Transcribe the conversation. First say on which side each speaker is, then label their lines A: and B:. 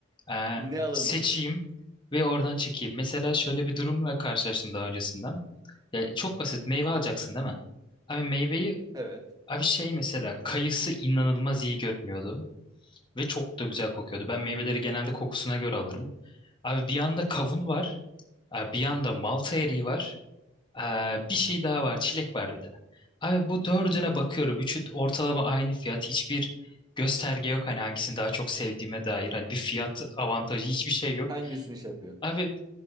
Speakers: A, on the left; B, on the right.
A: Ee,
B: ne alınır?
A: seçeyim ve oradan çekeyim. Mesela şöyle bir durumla karşılaştım daha öncesinden. Ya çok basit meyve alacaksın değil mi? Abi meyveyi
B: Evet.
A: Abi şey mesela kayısı inanılmaz iyi görünüyordu ve çok da güzel kokuyordu. Ben meyveleri genelde kokusuna göre alırım. Abi bir yanda kavun var, e, bir yanda malta eriği var, e, bir şey daha var, çilek var bir de. Abi bu dördüne bakıyorum. Üçü ortalama aynı fiyat. Hiçbir gösterge yok hani hangisini daha çok sevdiğime dair. Hani bir fiyat avantajı hiçbir şey yok.
B: Hangisini şey yapıyor?
A: Abi